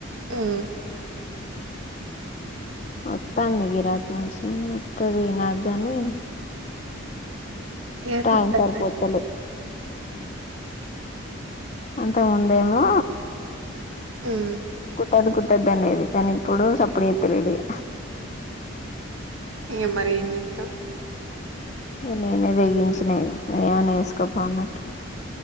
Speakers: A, on the right; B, on the left.
A: ఊ
B: వత్తంది గిరాకీ మంచనే వత్తాది నాక్ గని
A: ఇగ
B: టైం
A: కుట్టాలే
B: సరిపోతలే అంతముందేమో
A: ఉహ్
B: కుట్టదు కుట్టదు అనేది కానీ ఇప్పుడు సప్పుడుచే త్తలేడు ఇగ
A: ఇగ మరి ఎంజేతాం
B: నేనే తెగించిన ఇగ నువ్వు ఏమన్నా చేసుకోపోన్నట్టు